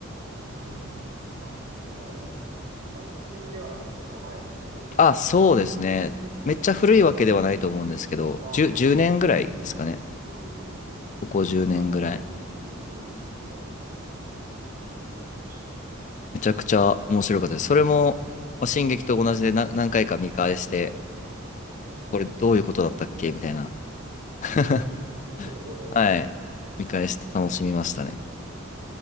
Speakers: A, on the right; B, on the left.
A: うーん。あ、でもあれなんですね。最近ではなく、ちょっと前の映画ですよね。
B: あ、そうですね。
A: うんうん。
B: めっちゃ古いわけではないと思うんですけど、
A: ああ、
B: 10、
A: そうですよね。
B: 年ぐらいですかね。
A: うーん。
B: ここ10年ぐらい。
A: ああ、でもいいですね。見たことないから、ちょっと見たくなりました。う
B: めちゃくちゃ面白かったです。
A: ーん。
B: それも、まあ進撃と同じでな何回か見返して、
A: ええ、はいはいはい。
B: これどういうことだったっけみたいな <laughs>
A: うーん、なるほど。
B: はい。見返して楽しみましたね。